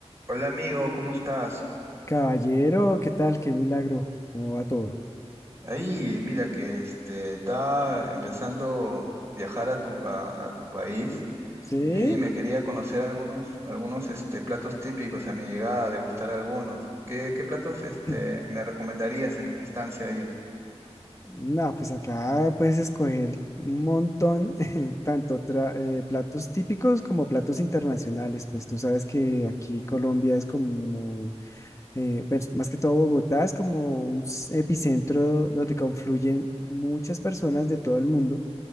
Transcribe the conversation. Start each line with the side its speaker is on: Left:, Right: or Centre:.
Right: Hola amigo, ¿cómo estás?
Left: Caballero, ¿qué tal? Qué milagro. ¿Cómo va todo?
Right: Ahí, mira que este está empezando viajar a tu a, a tu país
Left: ¿Sí?
Right: y dime, quería conocer algunos algunos este platos típicos a mi llegada, degustar algunos. ¿Qué qué platos este
Left: <clears throat>
Right: me recomendarías en mi estancia ahí?
Left: No, pues acá puedes escoger un montón, <laughs> tanto tra- eh, platos típicos como platos internacionales. Pues tú sabes que aquí Colombia es como, eh, pues, más que todo Bogotá es como un s- epicentro donde confluyen muchas personas de todo el mundo.